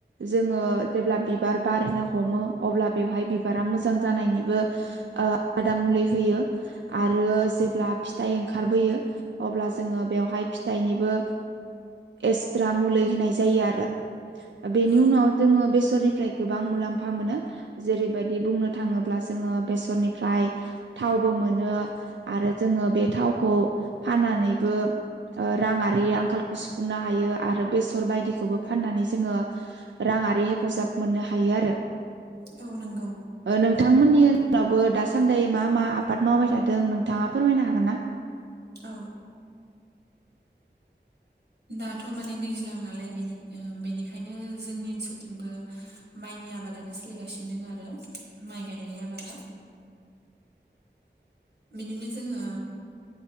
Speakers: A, on the right; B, on the right.
A: जों ओ जेल्बा बिबार बारनो हमो अ बेहाय बिबारा मोजां जानायनिबो आदा मुलि होयो आरो जेब्ला फिथाइ ओंखारबोयो अब्ला जोङो बेवहाय फिथाइनिबो एक्सट्रा मुलि होनाय जायो आरो बेनि
B: औ
A: उनाव जोंओ बेसरनिफ्राय गोबां मुलाम्फा मोनो जेरैबायदि बुंनो थाङोब्ला जोङो बेसरनिफ्राय थावबो मोनो आरो जोङो बे थावखौ फाननानैबो राङारि आंखालखौ सुफुंनो हायो आरो बेसर बायदिखौबो फाननानै जोङो रां आरि हेफाजाब मोननो हायो आरो।
B: औ नोंगौ।
A: ओ नोंथांमोननि ओनसोलावबो दासान्दि मा मा आबाद मावबाय थादों नोंथाङा फोरमायनो हागोन ना?
B: औ। दाथ' माने दैज्लां नालाय बेनि बेनिखायनो जोंनि ओनसोलथिंबो माइ नि आबादानो सोलिगासिनो दों आरो माइ गायनाय आबादा बिदिनो जोङो।